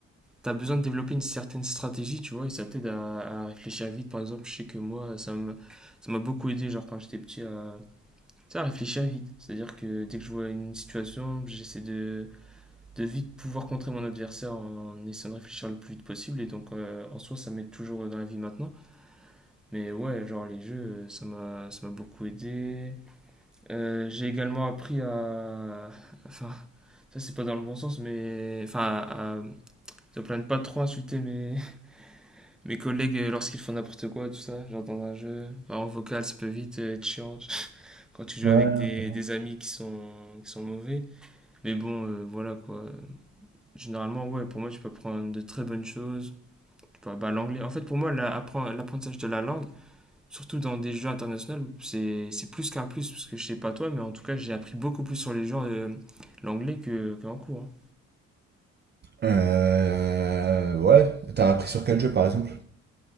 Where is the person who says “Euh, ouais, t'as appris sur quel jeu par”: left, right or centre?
Right